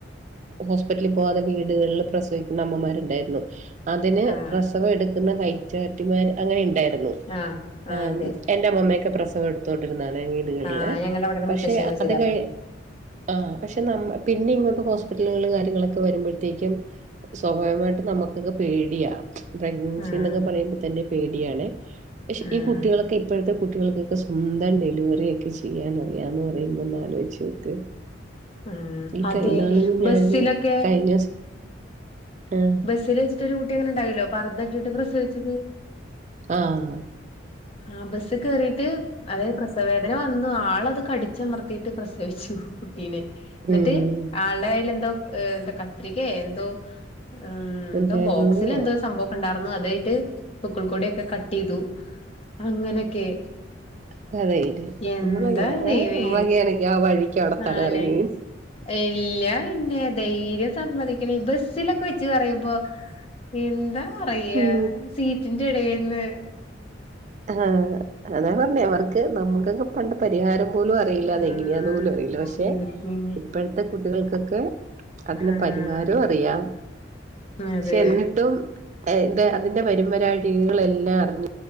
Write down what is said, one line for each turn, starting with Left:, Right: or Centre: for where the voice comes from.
Right: ഹോസ്പിറ്റലി പോവാതെ വീട്കളില് പ്രസവിക്കുന്ന അമ്മമാരുണ്ടായ്രുന്നു അതിന്
Left: ആഹ്
Right: പ്രസവഎട്ക്ണ വൈറ്റാട്ടിമാര് അങ്ങനെ ണ്ടായ്രുന്നു
Left: ആഹ്
Right: ആഹ്
Left: ഇണ്ട്
Right: എന്റെ മമ്മക്കെ പ്രസവം എടുത്തോണ്ടിരുന്നാണ് വീടുകളില്
Left: ആഹ് ഞങ്ങടെ ഇവിടെ ഒരു
Right: പക്ഷെ
Left: മുത്തശ്ശി അങ്ങനെ
Right: അത്
Left: ചെയ്താർന്നു
Right: കഴി ആഹ് പക്ഷെ നമ്മ പിന്നെ ഇങ്ങോട്ട് ഹോസ്പിറ്റലകൾ കാര് ര്യങ്ങളൊക്കെ വരുമ്പഴത്തേക്കും സ്വാഭാവമായ്ട്ടും നമ്മക്കൊക്കെ പേടിയാ പ്രഗ്നൻസി
Left: ആഹ്
Right: ന്നൊക്കെ പറയുമ്പ തന്നെ പേടിയാണെ ഷെ
Left: ആഹ്
Right: ഈ കുട്ടികളൊ പ്പിപ്പഴത്തെ കുട്ടികൾക്കൊക്കെ സ്വന്തം ഡെലിവറിയൊക്കെ ചിയ്യാനറിയാ ന്ന് പറയുമ്പം ഒന്നാലോയ്ച്ചോക്ക്
Left: ആഹ്
Right: ഈ
Left: അതെ
Right: കൈ ന്നാളൂകുടി ഞാനൊര്
Left: ബസ്സിലൊക്കെ
Right: കഴിഞ്ഞൂസം ആഹ്
Left: സ്സില് വെച്ചട്ടൊരു കുട്ടി അങ്ങനണ്ടായല്ലോ പർദ്ദട്ട്ട്ട് പ്രസവിച്ചത്
Right: ആഹ്
Left: ആഹ് ബസ്സ് കേറീട്ട് അതേ പ്രസ് സവവേദന വന്നു ആളത് കടിച്ചമർത്തീട്ട് പ്രസവിച്ചു കുട്ടീനെ ന്നട്ട്
Right: ഉം
Left: ആൾടെ കയ്യില് ന്തോ ഏ ന്താ കത്രികേ ന്തോ ഉം
Right: ഉണ്ടായിരുന്നുന്നോ
Left: ന്ത ബോക്സിലെന്തോ സംഭവൊക്കണ്ടാർന്നു അതേട്ട് പൂക്കൾ കൊടിഒക്കെ കട്ടീതു അങ്ങനക്കെ
Right: കഥയില്
Left: എന്താ
Right: നമ്മളൊക്കെ
Left: ദൈവേ
Right: നമ്മളൊക്കെയാണെങ്കി ആ വഴിക്ക് അവിടെ തലകറങ്ങി
Left: ആഹ് ലേ
Right: വീഴും
Left: ഇല്ലാ വിന്നെ ധൈര്യം സമ്മതിക്കണീ ബസിലൊക്കെ വെച്ച് പറയുമ്പോ എന്താ പറയാ
Right: ഉം
Left: സീറ്റിന്റെ എടെന്ന്
Right: ആഹ് അതാ പർഞ്ഞെ അവർക്ക് നമുക്കൊക്കെ പണ്ട് പരിഹാരം പോലു അറിയില്ല
Left: ആഹ്
Right: അതെങ്ങനെയാന്ന് പോലും അറിയില്ല പക്ഷെ
Left: ശരിക്കും
Right: ഇപ്പഴ്ത്തെ കുട്ടികൾക്കൊക്കെ അതിന്
Left: ആഹ്
Right: പരിഹാരം അറിയാം
Left: അതെ
Right: എന്നിട് ട്ടും അതിന്റെ വരുമ്പരാഴികൾ എല്ലാം അറിഞ്